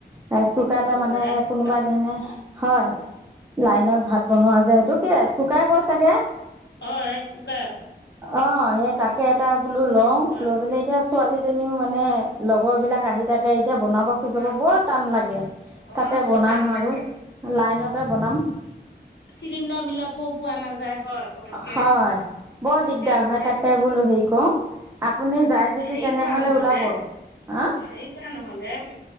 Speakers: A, on the right; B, on the left.
A: ৰাইচ কুকাৰ
B: অঁ
A: এটা মানে
B: ৰাইচ
A: কোনোবাই
B: কুকাৰ
A: সিদিনাখনেই হয় লাইনত ভাত বনোৱা যায় সেইটো কি কুকাৰ কয় চাগে
B: অ' ৰাইচ কুকাৰ আকৌ
A: অ' সেই তাকে এটা বোলো লও
B: হয়
A: লৈ পেলাই এতিয়া ছোৱালীজনীও মানে লগৰ বিলাক আহি থাকে এতিয়া বনাব খুজাব
B: হয়
A: বৰ টান লাগে
B: অঁ
A: তাতে
B: বহুত
A: বনাম
B: টান
A: আৰু
B: লাগে
A: লাইনতে বনাম
B: চিলিণ্ডাৰ বিলাক খ পোৱা নাযায় হয় পতককে
A: হয়
B: এতিয়া
A: বৰ দিগদাৰ
B: মানে
A: হয় তাকে বোলো হেৰি কৰোঁ আপুনি
B: আকৌ
A: যায় যদি
B: হেৰি
A: তেনেহ'লে
B: কৰা নহলে
A: ওলাব হা
B: হেৰি কৰা নহলেে